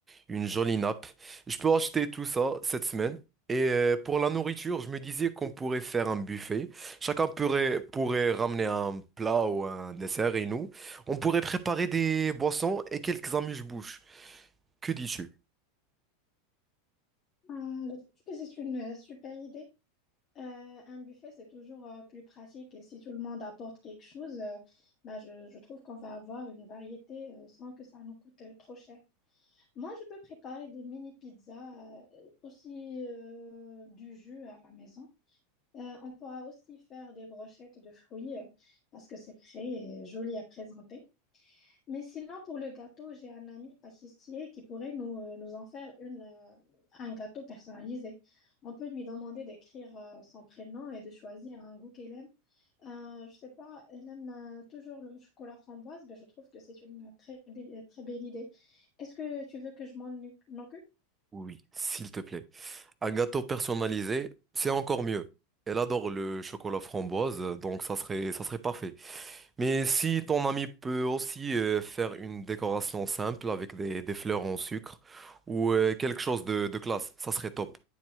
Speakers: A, on the right; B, on the left.
A: une jolie nappe. Je peux acheter tout ça cette semaine. Et euh, pour la nourriture, je me disais qu'on pourrait faire un buffet. Chacun pourrait, pourrait ramener un plat ou un dessert et nous, on pourrait préparer des boissons et quelques amuse-bouches. Que dis-tu?
B: Euh, je trouve que c'est une euh, super idée. Euh, un buffet, c'est toujours euh, plus pratique et si tout le monde apporte quelque chose, euh, bah, je, je trouve qu'on va avoir une variété euh, sans que ça nous coûte euh, trop cher. Moi, je peux préparer des mini pizzas, euh, aussi euh, du jus à la maison. Euh, on pourra aussi faire des brochettes de fruits euh, parce que c'est frais et joli à présenter. Mais sinon, pour le gâteau, j'ai un ami pâtissier qui pourrait nous, euh, nous en faire une, euh, un gâteau personnalisé. On peut lui demander d'écrire euh, son prénom et de choisir un goût qu'elle aime. Euh, je sais pas, elle aime euh, toujours le chocolat framboise, mais je trouve que c'est une très, belle- très belle idée. Est-ce que tu veux que je m'en occupe?
A: Oui, s'il te plaît. Un gâteau personnalisé, c'est encore mieux. Elle adore le chocolat framboise, donc ça serait, ça serait parfait. Mais si ton ami peut aussi euh, faire une décoration simple avec des, des fleurs en sucre ou euh, quelque chose de, de classe, ça serait top.